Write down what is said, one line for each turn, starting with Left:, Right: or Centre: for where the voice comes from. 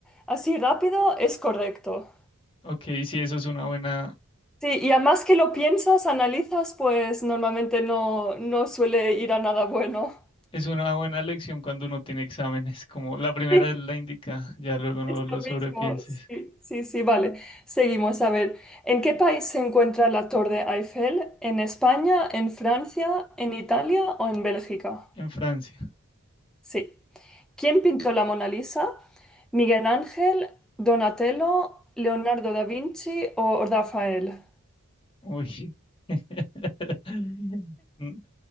Centre: así rápido, es correcto.
Left: Ok, sí, eso es una buena,
Centre: Sí, y a más que lo piensas, analizas, pues normalmente no, no suele ir a nada bueno. <laughs>
Left: Es una buena lección cuando uno tiene exámenes, como la primera
Centre: Sí,
Left: es la indica, ya luego no
Centre: es
Left: lo
Centre: lo
Left: sobrepienses.
Centre: mismo. Sí, sí, sí, vale. Seguimos. A ver, ¿en qué país se encuentra la Torre Eiffel? ¿En España, en Francia, en Italia o en Bélgica?
Left: En Francia.
Centre: Sí. ¿Quién pintó la Mona Lisa? ¿Miguel Ángel, Donatello, Leonardo da Vinci o Rafael?
Left: Uy. <laughs> Mm,